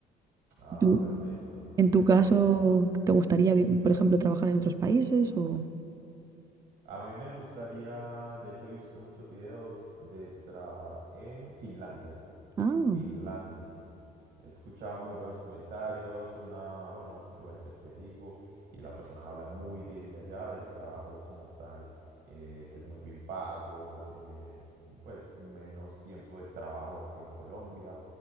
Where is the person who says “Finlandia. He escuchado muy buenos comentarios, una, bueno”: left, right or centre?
Right